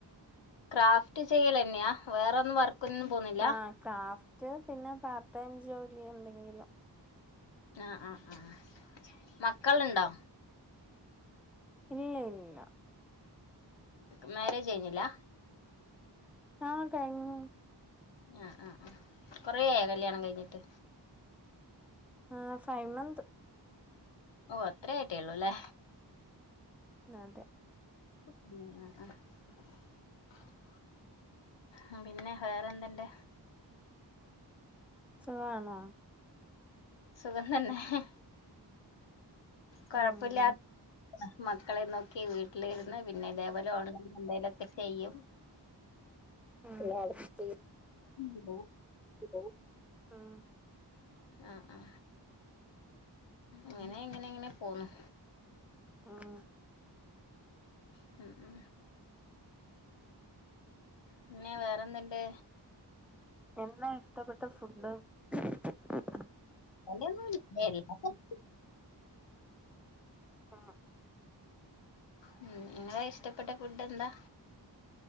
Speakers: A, on the left; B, in the centre.
A: ക്രാഫ്റ്റ് ചെയ്യലന്നെയാ വേറൊന്നും വർക്കൊന്നും പോവുന്നില്ലാ
B: ആഹ് ക്രാഫ്റ്റ് പിന്നെ പാർട്ട് ടൈം ജോലി എന്തെങ്കിലും
A: ആഹ് ആഹ് ആഹ് മക്കളിണ്ടോ
B: ഇല്ല ഇല്ല ഇല്ല
A: നിങ്ങക്ക് മാരേജ് കഴഞ്ഞില്ലാ
B: ആഹ് കഴിഞ്ഞു
A: ആഹ്ആഹ് ആഹ് കൊറെ ആയോ കല്യാണം കഴിഞ്ഞിട്ട്
B: ആ ഫൈവ് മന്ത്
A: ഓ അത്രേ ആയിട്ടേ ഉള്ളൂ അല്ലേ
B: ന്നാഅതെ
A: ഉം <inaudible> അ പിന്നെ വേറെന്ത്ണ്ട്
B: സുഖാണോ
A: സുഖം തന്നെ ഹ് കൊഴപ്പുല്ല
B: ഉം
A: മക്കളെ നോക്കി വീട്ടിലിരുന്ന് പിന്നെ ഇതേപോലെ ഓൺലൈൻ എന്തേ ലൊക്കെ ചെയ്യും
B: എല്ലായിടത്തും
A: <unintelligible>
B: <unintelligible>
A: ആ ആ ഇങ്ങനെ ഇങ്ങനെ ഇങ്ങനെ പോകുന്നു
B: ഉം
A: ഹ് ആ പിന്നെ വേറെന്ത്ണ്ട്
B: എന്നാ ഇഷ്ടപ്പെട്ട ഫുഡ് <inaudible>
A: അങ്ങിനെയൊന്നുല്ല എല്ലാ <inaudible>
B: ആഹ്
A: ഉം നിങ്ങളെ ഇഷ്ടപ്പെട്ട ഫുഡ് എന്താ